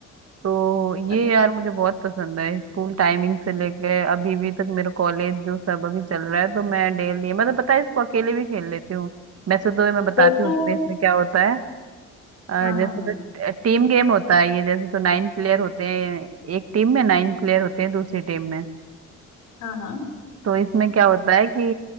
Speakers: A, on the right (about 55°); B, on the left (about 80°).
A: तो
B: अच्छा,
A: ये यार मुझे बहुत पसंद है स्कूल टाइमिंग से लेके अभी भी तक मेरा कॉलेज जो सब अभी चल रहा है तो मैं डेली मतलब पता है इसको अकेले भी खेल लेती हूँ वैसे तो मैं बताती
B: खो खो
A: हूँ तुम्हें इसमें क्या होता है अ,
B: हाँ हाँ
A: जैसे
B: हाँ
A: तो टीम गेम होता है ये जैसे तो नाइन प्लेयर होते हैं एक टीम में नाइन प्लेयर होते हैं दूसरी टीम में
B: हाँ हाँ
A: तो इसमें क्या होता है कि